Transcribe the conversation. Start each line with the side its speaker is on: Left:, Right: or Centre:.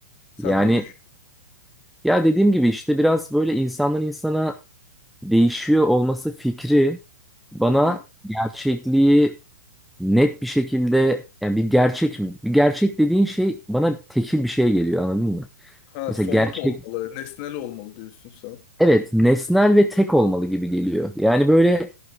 Left: Sen
Centre: Yani
Left: ne düşünüyorsun?
Centre: Ya dediğim gibi işte biraz böyle insandan insana değişiyor olması fikri bana
Left: Hı hı.
Centre: gerçekliği net bir şekilde yani bir gerçek mi? Bir gerçek dediğin şey bana tekil bir şey geliyor anladın mı?
Left: Ha,
Centre: Mesela
Left: somut
Centre: gerçek
Left: olmalı, nesnel olmalı diyorsun sen.
Centre: evet nesnel ve tek olmalı gibi geliyor. Yani böyle